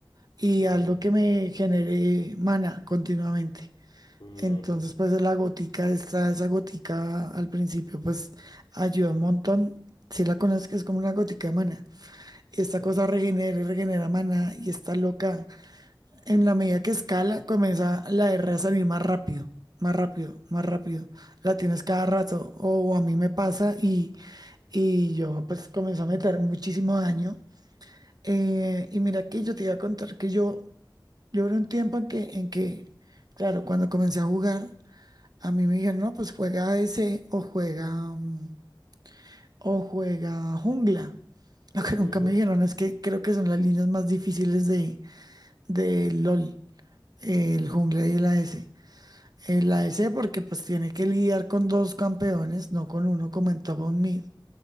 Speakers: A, on the right (about 55°); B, on the left (about 85°).
A: y
B: ujú,
A: algo que me genere mana continuamente.
B: ujú.
A: Entonces, pues la gotica, esta, esa gotica al principio, pues ayuda un montón. Si la conoces, que es como una gotica de mana. Y esta
B: Sí.
A: cosa regenera, y regenera mana y está loca. En la medida que escala, comienza la R a salir más rápido, más rápido, más rápido. La tienes cada rato. O a mí me pasa y, y yo pues comienzo a meter muchísimo daño. Eh, y mira que yo te iba a contar que yo, yo era un tiempo en que, en que, claro, cuando comencé a jugar, a mí me dijeron, no, pues juega ADC o juega, mm, o juega jungla. Lo que
B: ujú.
A: nunca me dijeron es que creo que son las líneas más difíciles de, de LOL, el jungla y el AS. en la E C. porque pues tiene que lidiar con dos campeones, no con uno como en Top of Mid.